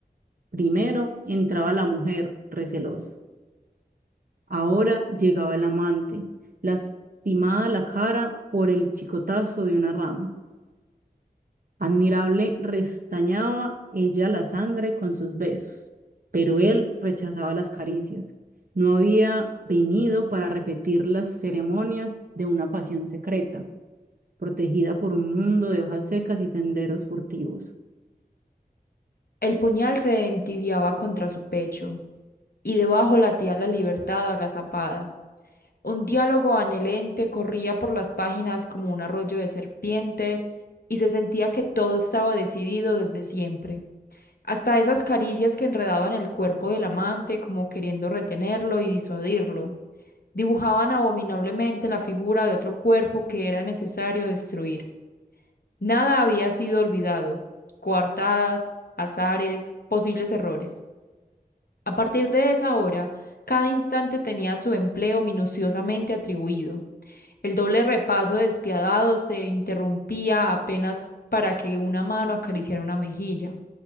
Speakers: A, on the right; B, on the left.
A: Primero entraba la mujer, recelosa, Ahora llegaba el amante, lastimada la cara por el chicotazo de una rama. Admirable restañaba ella la sangre con sus besos, pero él rechazaba las caricias. No había venido para repetir las ceremonias de una pasión secreta, protegida por un mundo de hojas secas y senderos furtivos.
B: El puñal se entibiaba contra su pecho, y debajo latía la libertad agazapada. Un diálogo anhelante corría por las páginas como un arroyo de serpientes, y se sentía que todo estaba decidido desde siempre. Hasta esas caricias que enredaban el cuerpo del amante como queriendo retenerlo y disuadirlo, dibujaban abominablemente la figura de otro cuerpo que era necesario destruir. Nada había sido olvidado, coartadas, azares, posibles errores. A partir de esa hora, cada instante tenía su empleo minuciosamente atribuido. El doble repaso despiadado se interrumpía apenas para que una mano acariciara una mejilla.